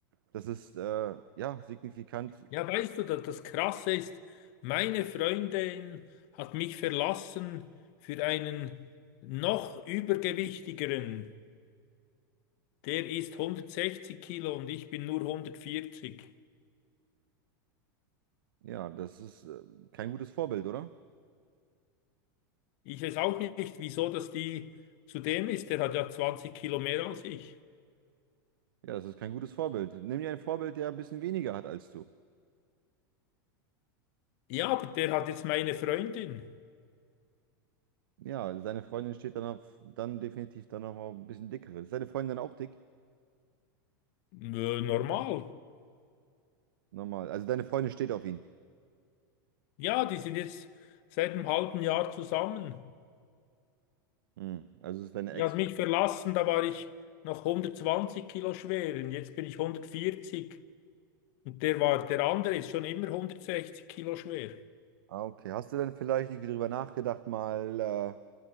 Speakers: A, on the right; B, on the left.
A: Das ist, äh, ja, signifikant.
B: Ja, weißt du, da- das Krasse ist, meine Freundin hat mich verlassen für einen noch übergewichtigeren. Der ist 160 Kilo und ich bin nur 140.
A: Ja, das ist, äh, kein gutes Vorbild, oder?
B: Ich weiß auch nicht, wieso das die zu dem ist. Der hat ja 20 Kilo mehr als ich.
A: Ja, das ist kein gutes Vorbild. Nimm dir ein Vorbild, der ein bisschen weniger hat als du.
B: Ja, aber der hat jetzt meine Freundin.
A: Ja, seine Freundin steht dann, auf, dann definitiv dann noch mal ein bisschen dickere. Ist deine Freundin dann auch dick?
B: Nö, Normal.
A: Normal. Also deine Freundin steht auf ihn.
B: Ja, die sind jetzt seit einem halben Jahr zusammen.
A: Hm, Also es ist deine
B: Die
A: Ex.
B: hat mich verlassen, da war ich noch hundertzwanzig Kilo schwer und jetzt bin ich hundertvierzig. Und der war, der andere ist schon immer hundertsechzig Kilo schwer.
A: Ah, okay. Hast du denn vielleicht irgendwie drüber nachgedacht, mal, äh,